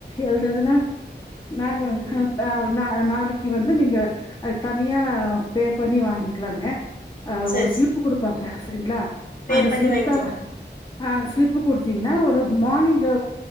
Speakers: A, on the left; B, on the left.
A: எல்தரதுனா நாங்வ
B: ம் ம்
A: ஹ ஆ நா நாளைக்கு வந்து நீங்க அது தனியா பே பண்ணி வாங்கிக்கலாங்க ஆ
B: சரி
A: ஒரு ஸ்லிப்பு
B: சரி
A: குடுப்பாங்க சரிங்ளா
B: பே
A: அந்த
B: பண்ணி
A: ஸ்லிப்ப
B: வாங்கிக்கலாங்க
A: ஆ ஸ்லிப்பு குடுத்தீங்கன்னா ஒரு மார்னிங்கு